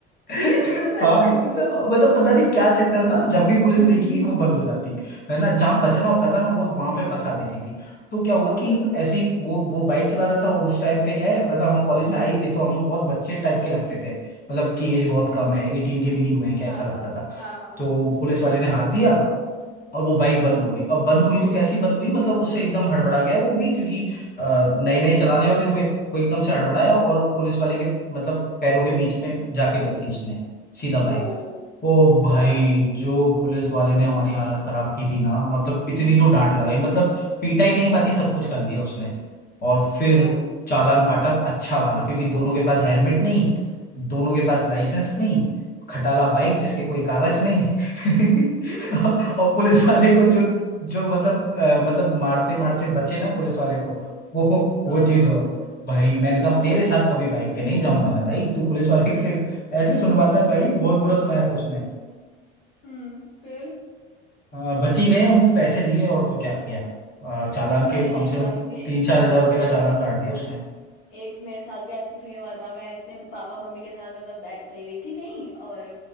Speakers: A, on the left; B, on the left.
A: <laughs>
B: सीरियसली मतलब
A: हाँ
B: ऐसे फेंक दी
A: स-
B: वो
A: मतलब पता नहीं क्या चक्कर था जब भी पुलिस देखी वो बंद हो जाती है ना जहां बचना होता था ना वो वहां पे फंसा देती थी तो क्या हुआ कि
B: बताओ
A: ऐसी वो वो बाइक चला रहा था और उस टाइम पे क्या है मतलब हम कॉलेज में आए ही थे तो हम बहुत बच्चे टाइप के लगते थे मतलब कि एज बहुत कम है एटीन के भी नहीं हुए हैं क्या
B: हाँ
A: ऐसा लगता
B: हाँ
A: था
B: हाँ हाँ हाँ
A: तो
B: हाँ
A: पुलिस वाले ने हाथ दिया और वो बाइक बंद हो गई अब बंद हुई तो कैसी बंद हुई मतलब उससे एकदम हड़बड़ा गया वो भी क्योंकि नए नए चलाने वाले हुए वो एकदम से हड़बड़ाया और पुलिस वाले के मतलब पैरों के बीच में जाके रोकी उसने सीधा बाइक
B: Oh
A: ओ भाई
B: boy
A: जो पुलिस वाले ने हमारी हालत खराब की थी ना मतलब इतनी तो डांट लगाई मतलब पीटा ही नहीं बाकी सब कुछ कर लिया उसने और फिर
B: बताओ
A: चालान काटा अच्छा वाला क्योंकि दोनों के पास हेलमेट नहीं दोनों के पास लाइसेंस नहीं खटाला बाइक जिसके कोई कागज नहीं <laughs>
B: <laughs>
A: तो और पुलिस वाले को जो जो मतलब अ, मतलब मारते मारते बचे ना पुलिस वाले को वो वो
B: हाँ
A: चीज
B: हाँ
A: और भाई मैंने कहा तेरे साथ कभी बाइक पे नहीं जाऊंगा मैं भाई तू पुलिस वाले <laughs> से ऐसे सुनवाता है भाई बहुत बुरा सुनाया था उसने
B: हम्म फिर
A: अ, बच ही गए हम पैसे दिए और तो क्या किया अ, चालान के
B: अरे
A: कम
B: एक
A: से कम
B: भाई मैं
A: तीन चार
B: एक
A: हजार रुपए
B: एक
A: का चालान
B: मेरे
A: काट दिया उसने
B: एक मेरे साथ भी ऐसी सीन हुआ था मैं अपने पापा मम्मी के साथ मतलब बै- गई हुई थी कहीं और